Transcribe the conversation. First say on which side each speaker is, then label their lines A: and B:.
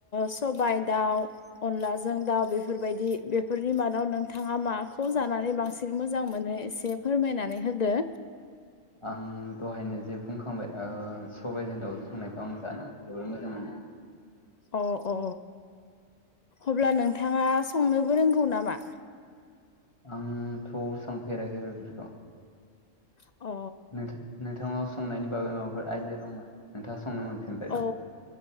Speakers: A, on the left; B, on the left.
A: सबायाइ दाउ अनलाजों दाउ बेफोर। बेफोरबायदि बेफोरनि मादाव नोंथाङा मा। खौ जानानै बांसिन मोजां मोनो एसे फोरमायनानै होदो।
B: आं दहायनो जे बुंखांबाय सबायजों दाउजों संनायखौ आं जानो जोबोद मोजां मोनो।
A: अ अ अब्ला नोंथाङा संनोबो रोंगौ नामा।
B: आंथ' सोंफेराखै बेफोरखौ।
A: अ।
B: <inaudible> नोंथांनाव संनायनि बागै माबाफोर आइदिया दङ। नोंथाङ सनोफिनोन
A: औ।